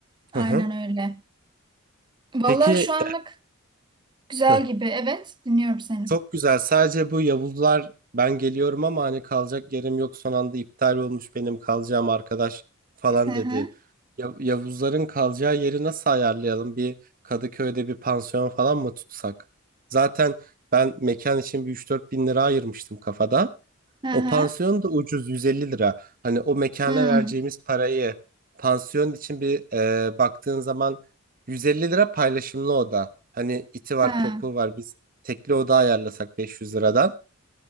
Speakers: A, on the right; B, on the right.
A: Aynen
B: Hı hı.
A: öyle. Vallahi
B: Peki
A: şu anlık
B: e,
A: güzel
B: hı.
A: gibi. Evet. Dinliyorum seni.
B: çok güzel. Sadece bu Yavuzlar ben geliyorum ama hani kalacak yerim yok son anda iptal olmuş benim kalacağım arkadaş falan
A: Hı hı.
B: dedi. Ya- Yavuzların kalacağı yeri nasıl ayarlayalım? Bir Kadıköy'de bir pansiyon falan mı tutsak? Zaten ben mekan için bir üç dört bin lira ayırmıştım kafada.
A: Hı hı.
B: O pansiyon da ucuz 150 lira. Hani o mekana
A: Hmm.
B: vereceğimiz parayı pansiyon için bir e, baktığın zaman 150 lira paylaşımlı oda. Hani iti var,
A: Ha.
B: kopuğu var. Biz tekli oda ayarlasak 500 liradan.